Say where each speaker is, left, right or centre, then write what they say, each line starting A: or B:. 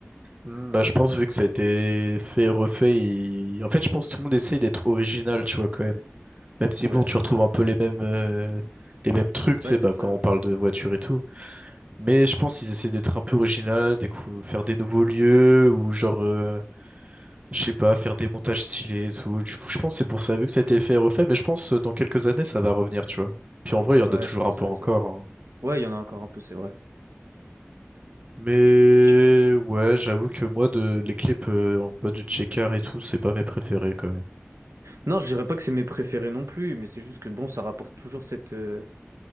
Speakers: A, on the right; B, on the right.
A: Hmm, bah, je pense, vu que ça a été fait refait, il- en fait, je pense que tout le monde essaye d'être original, tu vois, quand même. Même si,
B: Ouais,
A: bon, tu
B: je vois.
A: retrouves un peu les mêmes, euh, les mêmes trucs, tu
B: Ouais,
A: sais,
B: c'est
A: bah,
B: ça.
A: quand on parle de voiture et tout. Mais je pense qu'ils essaient d'être un peu original, décou- faire des nouveaux lieux, ou genre, euh, je sais pas, faire des montages stylés et tout. Du coup, je pense que c'est pour ça, vu que ça a été fait et refait, mais je pense euh, dans quelques années, ça va revenir, tu vois. Puis en vrai, il y en a
B: Ouais,
A: toujours
B: je pense,
A: un peu
B: ouais,
A: encore,
B: c'est vrai.
A: hein.
B: Ouais, il y en a encore un peu, c'est vrai.
A: Mais
B: Je-
A: ouais, j'avoue que moi, de... les clips euh, en bas du checker et tout, c'est pas mes préférés, quand même.
B: Non, je dirais pas que c'est mes préférés non plus, mais c'est juste que bon, ça rapporte toujours cette euh,